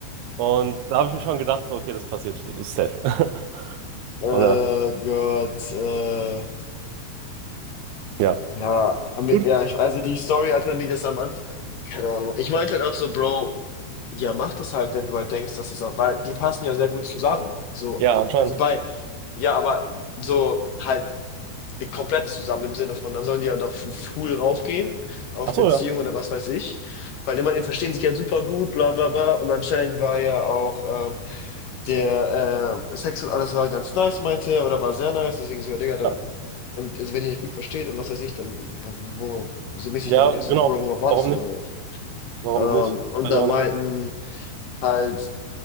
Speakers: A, on the right; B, on the left.
A: und da habe ich mir schon gedacht, so, okay, das passiert safe. <laughs>
B: Äh,
A: Oder,
B: Gott. Äh,
A: ja.
B: ja, am-
A: Gut.
B: ja, ich, also die Story, als man mir das am Anfang. Keine Ahnung. Ich meinte halt auch so, Bro, ja, mach das halt, wenn du halt denkst, dass es auch. Weil die passen ja sehr gut zusammen. So,
A: Ja, anscheinend.
B: die beiden. Ja, aber so halt. Die komplett zusammen im Sinne von, da sollen die ja halt doch f- full raufgehen, auf
A: Ach
B: Beziehung
A: so, ja.
B: oder was weiß ich. Weil immerhin verstehen sich ja super gut, bla bla bla. Und anscheinend war ja auch ähm, der ähm, Sex und alles war ganz nice, meinte er, oder war sehr nice, deswegen so, ja, Digga, dann.
A: Ja,
B: Und also, wenn ihr euch gut versteht und was weiß ich, dann wo- worauf, so mäßig,
A: Ja,
B: dann manchmal so,
A: genau.
B: Bro, worauf wartest
A: Warum
B: du denn,
A: nicht?
B: oder?
A: Warum
B: Ähm,
A: nicht?
B: und
A: Weiß
B: da
A: ich auch
B: meinten
A: nicht.
B: halt